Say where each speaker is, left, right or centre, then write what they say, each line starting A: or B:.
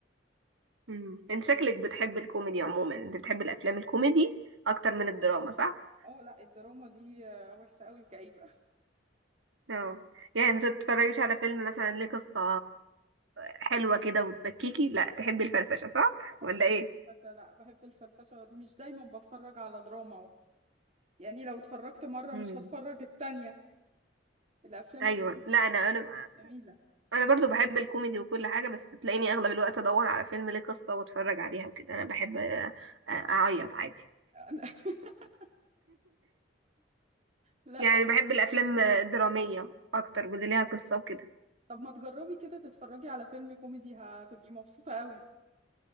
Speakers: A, on the right; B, on the right.
A: امم انت شكلك بتحب الكوميدي عموما انت بتحب الافلام الكوميدي اكتر من الدراما صح
B: اه لا الدراما دي آه، وحشة قوي وكئيبة
A: اه يعني ما تتفرجيش على فيلم مثلا ليه قصة حلوة كده وتبكيكي لا تحبي الفرفشة صح
B: بحب
A: ولا ايه
B: الفرفشة لا بحب الفرفشة مش دايما بتفرج على دراما و- يعني لو اتفرجت مرة
A: امم
B: مش هتفرج التانية الأفلام
A: ايوه
B: الكوميدي
A: لا انا انا
B: جميلة
A: انا برضو بحب الكوميدي وكل حاجه بس تلاقيني اغلب الوقت ادور على فيلم ليه قصه واتفرج عليها وكده انا بحب آه، آه، اعيط عادي
B: <laughs> لا
A: يعني بحب الافلام الدراميه اكتر واللي ليها قصه وكده
B: طب ما تجربي كده تتفرجي على فيلم كوميدي هتبقي مبسوطة قوي